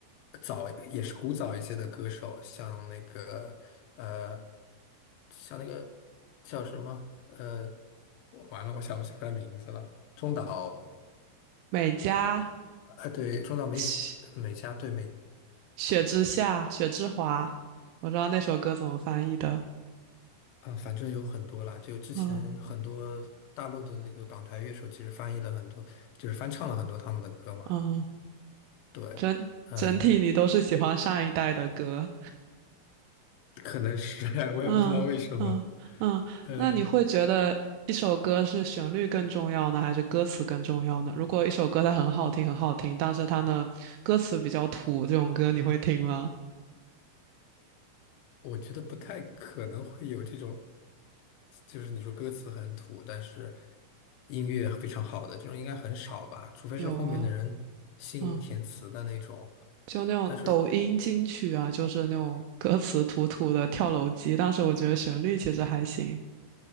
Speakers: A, on the left (about 80°); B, on the right (about 85°).
A: 早也是古早一些的歌手，像那个呃，像那个叫什么呃，我完了，我想不起来名字了，中岛
B: 美嘉、
A: 啊，对，中岛美
B: 雪
A: 美嘉，对美
B: 雪之下、雪之华，我知道那首歌怎么翻译的。
A: 啊，反正有很多啦，就之前很多大陆的那个港台乐手，
B: 嗯
A: 其实翻译了很多，就是翻唱了很多他们的歌嘛。
B: 嗯，
A: 对，
B: 整整体你都是喜欢上一代的歌。
A: 嗯，可能是，<laughs> 我也不知道为什么。
B: 嗯嗯嗯，
A: 呃，
B: 那你会觉得一首歌是旋律更重要呢，还是歌词更重要呢？如果一首歌它很好听，很好听，但是它呢歌词比较土，这种歌你会听吗？
A: 我觉得不太可能会有这种，就是你说歌词很土，但是音乐非常好的这种应该很少吧，除非是后面的人新填词的那种。
B: 有啊，嗯，就那种抖音金曲啊，
A: 但是
B: 就是那种 <laughs> 歌词土土的跳楼机，但是我觉得旋律其实还行。